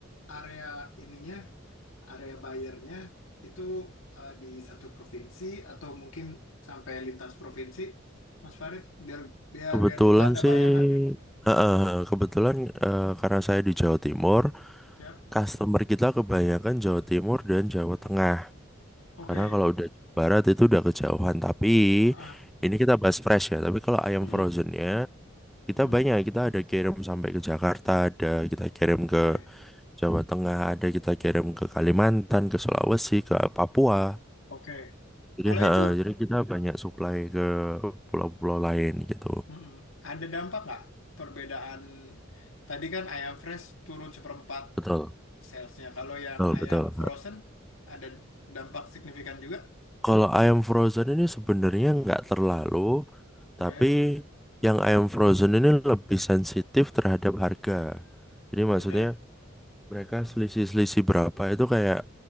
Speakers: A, on the left; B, in the centre.
A: area ininya, area bayarnya itu eh, di satu provinsi atau mungkin sampai lintas provinsi, Mas Farid, biar biar
B: Kebetulan
A: biar kita ada
B: sih,
A: bayangan nih.
B: eh, eh, kebetulan
A: Hmm,
B: eh, karena saya di Jawa Timur,
A: siap?
B: customer kita kebanyakan Jawa Timur dan Jawa Tengah.
A: Oke.
B: Karena kalau udah Jawa Barat itu udah kejauhan. Tapi
A: Ah,
B: ini kita bahas fresh ya. Tapi kalau ayam
A: mm-mm,
B: frozennya kita
A: mm,
B: banyak. Kita ada kirim sampai ke Jakarta, ada kita kirim
A: Oke.
B: ke Jawa Tengah, ada kita kirim ke Kalimantan, ke Sulawesi, ke Papua.
A: Oke.
B: Jadi,
A: Kalau
B: eh,
A: itu
B: eh, jadi kita banyak supply ke pulau-pulau lain gitu.
A: mm-mm, ada dampak nggak perbedaan tadi kan ayam fresh turun seperempat
B: Betul,
A: salesnya. Kalau yang
B: betul,
A: ayam
B: betul.
A: frozen ada dampak signifikan juga.
B: Kalau ayam frozen ini sebenarnya nggak terlalu,
A: Oke.
B: tapi yang ayam frozen ini lebih sensitif terhadap harga. Jadi maksudnya
A: Oke.
B: mereka selisih-selisih berapa itu kayak